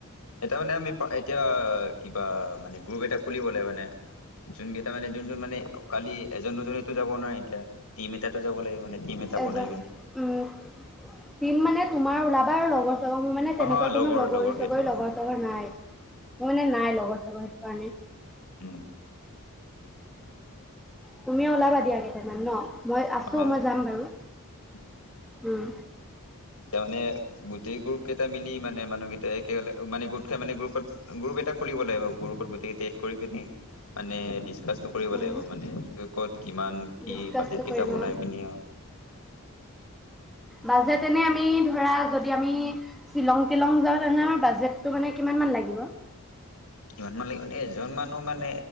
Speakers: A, on the left; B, in the centre.
A: এতিয়া মানে আমি এতিয়া কিবা মানে গ্ৰুপ এটা খুলিব লাগে মানে, যোন কেইটা মানে যোন যোন মানে খালি এজন দুজনেতো যাব নোৱাৰে এতিয়া টিম এটাতো যাব লাগিব। মানে টিম এটা বনাই
B: এজন
A: পিনি
B: উম, টিম মানে তোমাৰ যাবা আৰু লগত মানে
A: অহ
B: তেনেকুৱা
A: লগৰ
B: কোনো লগৰী
A: লগৰ কেইটামান
B: চগৰী লগৰ চগৰ নাই। মোৰ মানে নাই লগৰ চাগৰ সেইটো কাৰণে
A: অহ
B: তুমিও ওলাবা দিয়া <unintelligible> ন মই আছো
A: অহ
B: মই জাম বাৰু
A: উম
B: উম
A: এতিয়া মানে গোটেই গ্ৰুপ কেইটা মিলি মানে মানুহকেইটা একে মানে মানে গ্ৰুপত-গ্ৰুপ এটা খুলিব লাগিব। গ্ৰুপত গোটেইকেইটা এড কৰি কিনে মানে <unintelligible> কৰিব
B: উম,
A: লাগিব মানে ক'ত কিমান কি
B: ডিচকাচটো
A: বাজেট কিটা
B: কৰিম
A: বনাই
B: অ,
A: পিনি
B: বাজেট এনে আমি ধৰা যদি আমি শ্বিলং তিলং যাওঁ তেনেহলে আমাৰ বাজেটটো মানে কিমান মান লাগিব
A: কিমান মান লাগিব মানে এজন মানুহ মানে